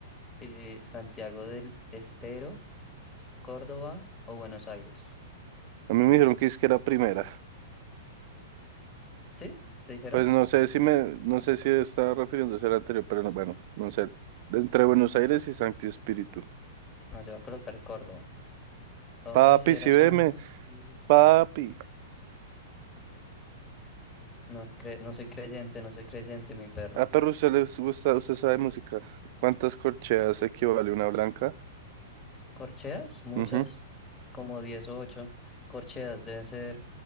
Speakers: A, on the left; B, on the right.
A: eh, Santiago del Estero, Córdoba o Buenos Aires.
B: A mí me dijeron que es que era primera.
A: ¿Sí? ¿Te dijeron?
B: Pues no sé si me, no sé si estaba refiriéndose al anterior, pero no, bueno, no sé. Entre Buenos Aires y Santi Espíritu.
A: No, yo voy a colocar Córdoba. Ay,
B: Papi,
A: si era
B: si veme,
A: Sancti Espíritu.
B: papi.
A: No, cre- no soy creyente, no soy creyente, mi perro.
B: Ah, pero usted les gusta, usted sabe música. ¿Cuántas corcheas equivale una blanca?
A: ¿Corcheas? Muchas,
B: Ujú.
A: como 10 o 8 Corcheas deben ser